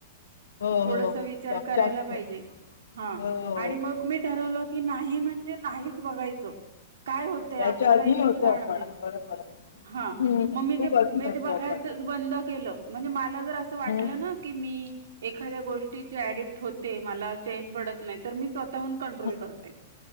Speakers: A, on the left; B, on the right.
A: हो, हो,
B: थोडस
A: हो. हो,
B: विचार
A: आमच्या
B: करायला पाहिजे.
A: हो,
B: हा
A: हो. हो.
B: आणि मग मी ठरवलं. कि नाही म्हणजे नाहीच बघायचं काय होतंय
A: त्याच्या
B: आपला
A: अधीन
B: काही जीव
A: होतो
B: जाणं.
A: आपण बरोबर.
B: हा
A: हं, हं.
B: म मी
A: खूप
B: ते,
A: अधीन
B: मी
A: होतो
B: ते बघायच
A: आपण.
B: बंद केलं म्हणजे मला जर अस वाटलं
A: हं,
B: ना की मी. की एखाद्या गोष्टीची अडॅक्ट मला चैन पडत नाही तर मी स्वतः. स्वतः हून कंट्रोल
A: हं,
B: करते.